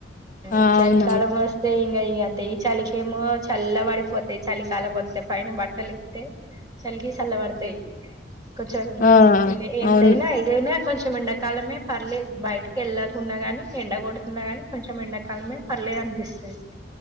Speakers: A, on the left; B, on the right.
A: ఆ
B: ఈ చలి
A: అవునవును
B: కాలామ్ వస్తే ఇంగ ఈంత ఈ చలికి ఏమో చల్ల పడిపోతాయి చలికాల మొత్తం పైన బట్టలు ఇస్తే చలిగి చల్లబడతాయి చ
A: ఆ
B: ఎంతైనా
A: అవును
B: ఇదైనా కొంచెం ఎండాకాలమే పర్లేదు బయటికి వెళ్ళకున్నా గాని ఎండగొడుతున్నా గానీ కొంచెం ఎండాకాలమే పర్లేదు అనిపిస్తది